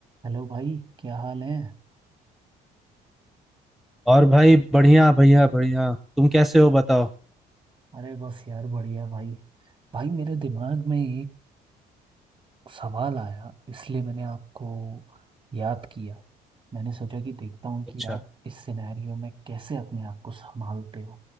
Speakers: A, on the right; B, in the centre.
A: Hello भाई क्या हाल है
B: और भाई बढ़िया बढ़िया बढ़िया तुम कैसे हो बताओ
A: अरे बस यार बढ़िया भाई भाई मेरे दिमाग में एक सवाल आया इसलिए मैंने आपको याद किया मैंने सोचा कि देखता हूँ कि
B: अच्छा
A: आप इस सिनेरियो में कैसे अपने आप को संभालते हो